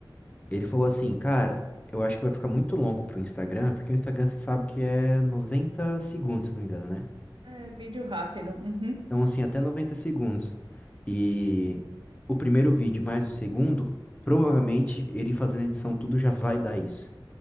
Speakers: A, on the left; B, on the right.
A: Ele falou assim, cara, eu acho que vai ficar muito longo pro Instagram, porque o Instagram você sabe que é 90 segundos, se não me engano, né?
B: é vídeo rápido. Uhum.
A: Então, assim, até 90 segundos. E o primeiro vídeo mais o segundo, provavelmente ele fazendo edição tudo já vai dar isso.